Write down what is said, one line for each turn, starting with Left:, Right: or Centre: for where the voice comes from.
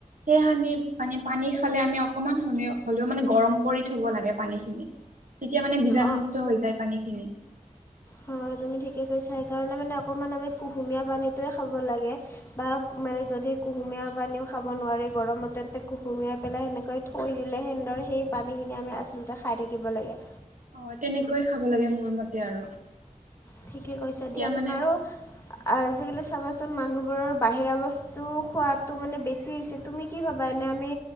Right: সেয়ে আমি মানে পানী খালে আমি অকমান ধৰণে হ'লেও মানে গৰম কৰি থব লাগে পানী খিনি তেতিয়া মানে বীজাণুমুক্ত
Left: হয়
Right: হৈ যায় পানী খিনি
Left: হয় তুমি ঠিকেই কৈছা সেইকাৰণে মানে অকণমান আমি কুহুমীয়া পানীটোৱে খাব লাগে বা মানে যদি কুহুমীয়া পানীও খাব নোৱাৰে গৰমত তেন্তে কুহুমীয়াই পেলাই সেনেকৈ থৈ দিলে সেন্দৰ সেই পানীখিনি আমি আচলতে খাই থাকিব লাগে
Right: অ তেনেকৈয় খাব লাগে মোৰ মতে আৰু
Left: ঠিকে কৈছো
Right: তেতিয়া
Left: দিয়াচোন
Right: মানে
Left: আৰু আজিকালি চাবাচোন মানুহবোৰৰ বাহিৰা বস্তু খোৱাটো মানে বেছি হৈছে তুমি কি ভাবা এনে আমি